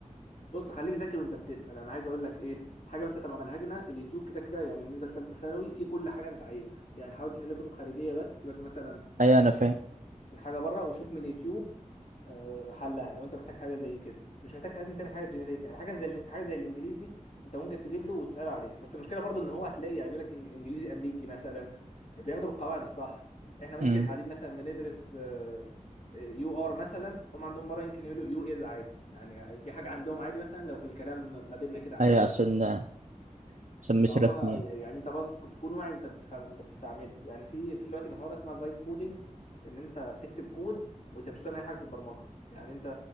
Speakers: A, on the left (about 60°); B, on the right (about 80°).
A: بص خليك ذكي وانت بتسال انا عايز اقول لك ايه حاجه بس تبع منهجنا اليوتيوب كده كده يعني بالنسبه لثالثه ثانوي في كل حاجه انت عايزها يعني حاول تحل كتب خارجيه بس سيبك مثلا
B: أيوة أنا فاهم
A: من حاجه بره وشوف من اليوتيوب آه، حلها لو انت محتاج حاجه زي كده مش محتاج ساعتها تعمل حاجه جنريت يعني حاجه زي حاجه زي الانجليزي انت ممكن تجيب له وتساله عليها بس المشكله برضو ان هو هتلاقي يعني بيقول لك إنج- انجليزي امريكي مثلا بياخدوا بالقواعد الصح احنا ممكن
B: أمم،
A: قاعدين مثلا بندرس آه، آه، يو ار مثلا هم عندهم بره يمكن يقولوا يو از عادي يعني دي حاجه عندهم عادي مثلا لو في الكلام ما بيننا كده عادي
B: أيوة عشان آه، عشان مش
A: هو
B: رسمي يعني
A: يعني انت برضه تكون تكون واعي وانت بتفهمه وانت بتستعمله يعني في في دلوقتي مهاره اسمها فايب كودنج ان انت تكتب كود وانت مش فاهم اي حاجه في البرمجه يعني انت